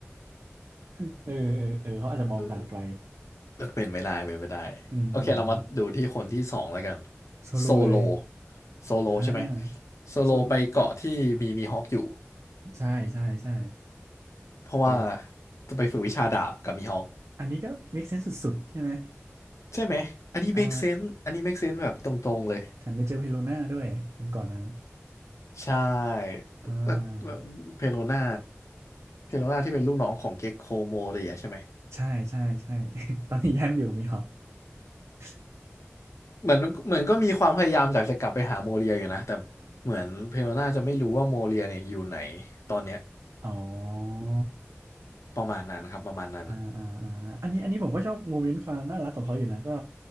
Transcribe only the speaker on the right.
<laughs> เออเออเออเขาอาจจะมองการไกล
อืมอืมอืม
โซโลเลย
อ่าโซโล
ใช่ใช่ใช่
ไป
อันนี้ก็ make sense สุดๆใช่ไหม
อ่า
แถมไปเจอเพโลน่าด้วยคนก่อนนั้น
อ่า
ใช่ใช่ใช่ <laughs> ตอนนี้ย้ายมาอยู่กับมีฮอป <laughs>
อ๋อ
อ่าอ่าอ่าอันนี้อันนี้ผมก็ชอบโมเมนต์ความน่ารักของเขาอยู่นะก็